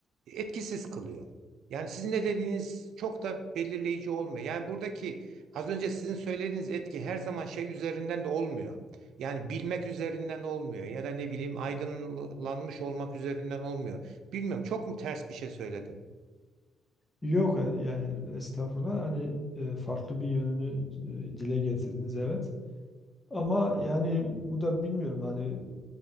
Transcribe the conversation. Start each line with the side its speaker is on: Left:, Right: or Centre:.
Right: etkisiz kılıyor. Yani sizin ne dediğiniz çok da belirleyici olmuyor. Yani buradaki az önce sizin söylediğiniz etki her zaman şey üzerinden de olmuyor. Yani bilmek üzerinden olmuyor ya da ne bileyim aydınlanmış olmak üzerinden olmuyor. Bilmiyorum çok mu ters bir şey söyledim?
Left: Yok e, yani estağfurullah hani e, farklı bir yönünü e, dile getirdiniz evet. Ama yani bu da bilmiyorum hani